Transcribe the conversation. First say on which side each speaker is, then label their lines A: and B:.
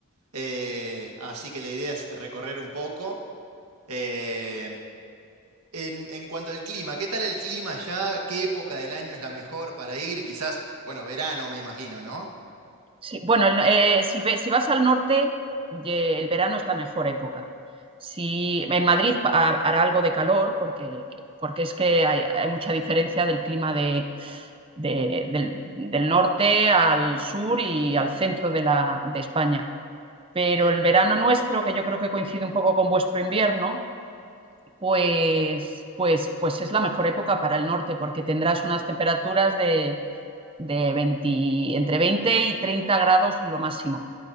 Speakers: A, on the right; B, on the right.
A: Eh, así que la idea es recorrer un poco. Eh, en, en cuanto al clima, ¿qué tal el clima allá? ¿Qué época del año es la mejor para ir? Quizás, bueno, verano, me imagino, ¿no?
B: Sí, bueno, el no- eh, si, ve- si vas al norte, ye- el verano es la mejor época. Si en Madrid pa- ha- hará algo de calor, porque, porque es que hay, hay mucha diferencia del clima de, de- del, del norte al sur y al centro de, la, de España. Pero el verano nuestro, que yo creo que coincide un poco con vuestro invierno, pues, pues, pues es la mejor época para el norte, porque tendrás unas temperaturas de, de 20 entre 20 y 30 grados lo máximo